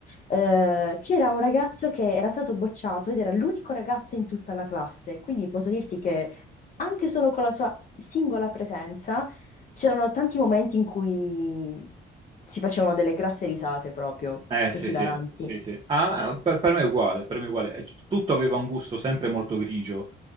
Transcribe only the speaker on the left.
eh, c'era un ragazzo che era stato bocciato ed era l'unico ragazzo in tutta la classe, quindi posso dirti che anche solo con la sua singola presenza c'erano tanti momenti in cui si facevano delle grasse risate proprio,
esilaranti.